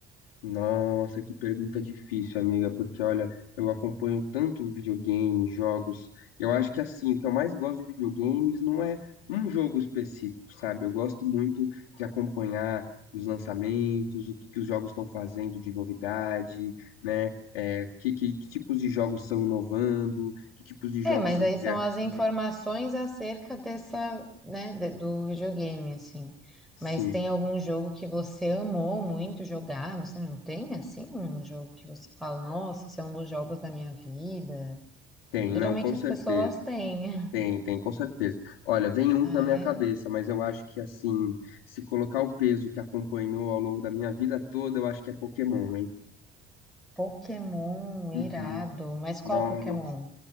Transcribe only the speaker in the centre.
É, mas
aí
são as informações acerca dessa, né, de- do videogame, assim.
Mas tem algum jogo que você amou muito jogar? Você não tem, assim, um jogo que você fala, nossa, esse é um dos jogos da minha vida?
Geralmente
as pessoas têm.
<laughs>
Ah,
é?
Pokémon, irado.
Mas qual
Pokémon?